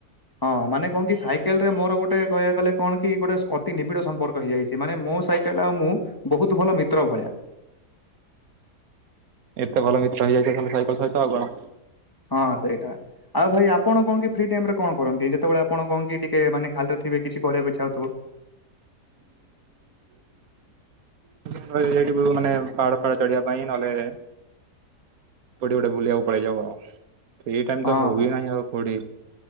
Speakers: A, on the left; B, on the right.
A: ହଁ ମାନେ କହଣ କି ସାଇକେଲ ରେ ମୋର ଗୋଟେ କହିବା ଗଲେ କଣ କି ଗୋଟେ ଅତି ନିବିଡ଼ ସମ୍ପର୍କ ହେଇଯାଇଛି। ସେମାନେ ମୋ ସାଇକେଲ ଆଉ ମୁଁ ବହୁତ ଭଲ ମିତ୍ର ଭଳିଆ।
B: ଏତେ ଭଲ ମିତ୍ର ହେଇଯାଇଛି ଖାଲି ସାଇକଲ ସହିତ ଆଉ କଣ।
A: ହଁ ସେଇଟା ଆଉ ଭାଇ ଆପଣ କଣ କି ଫ୍ରି ଟାଇମ ରେ କଣ କରନ୍ତି ଯେତେବେଳେ ଆପଣ କଣ କି ଟିକେ ମାନେ ଖାଲିରେ ଥିବ କିଛି କରିବାକୁ ହଉଥିବ?
B: <unintelligible> ମାନେ ପାହାଡ ଫାହାଡ ଚଢିବା ପାଇଁ ନହେଲେ କୋଉଠି ଗୋଟେ ବୁଲିବାକୁ ପଡେଇଯାଉ ଆଉ ଟାଇ
A: ହଁ।
B: ତ ହବି ନାହିଁ ଆଉ କୋଉଠି